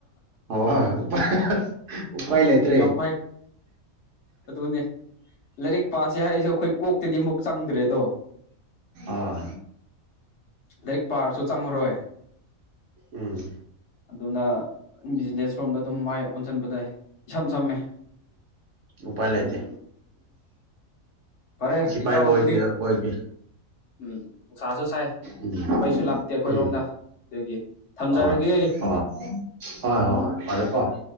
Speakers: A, on the right; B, on the left.
A: <unintelligible> ꯎꯄꯥꯏ ꯂꯩꯇ꯭ꯔꯦ
B: ꯌꯥꯝ
A: ꯍꯦ ꯍꯦ
B: ꯐꯩ ꯑꯗꯨꯅꯦ ꯂꯥꯏꯔꯤꯛ ꯄꯥꯁꯦ ꯍꯥꯏꯔꯤꯁꯦ ꯑꯩꯈꯣꯏ ꯀꯣꯛꯇꯗꯤ ꯑꯃꯨꯛ ꯆꯪꯗ꯭ꯔꯦꯗꯣ
A: ꯑꯥ
B: ꯂꯥꯏꯔꯤꯛ ꯄꯥꯔꯁꯨ ꯆꯪꯉꯔꯣꯏ
A: ꯎꯝ
B: ꯑꯗꯨꯅ ꯕꯤꯖꯤꯅꯦꯁ ꯔꯣꯝꯗ ꯑꯗꯨꯝ ꯃꯥꯏ ꯑꯣꯟꯁꯤꯟꯕꯗ ꯏꯁꯝ ꯁꯝꯃꯦ
A: ꯎꯄꯥꯥꯏ ꯂꯩꯥꯏꯇꯦ
B: ꯐꯔꯦ
A: ꯁꯤꯐꯥꯏ
B: ꯏꯇꯥꯎ
A: ꯑꯣꯏꯒꯦꯔ
B: ꯑꯗꯨꯗꯤ
A: ꯑꯣꯏꯒꯦ
B: ꯎꯝ ꯅꯨꯡꯁꯥꯁꯨ ꯁꯥꯏ
A: ꯎꯝ
B: ꯃꯩꯁꯨ ꯂꯥꯛꯇꯦ ꯑꯩꯈꯣꯏꯔꯣꯝꯗ
A: ꯎꯝ
B: ꯑꯗꯨꯒꯤ ꯊꯝꯖꯔꯒꯦ
A: ꯑꯥ ꯑꯥ ꯍꯣꯏ ꯍꯣꯏ ꯍꯣꯏ ꯐꯔꯦ ꯀꯣ <inaudible>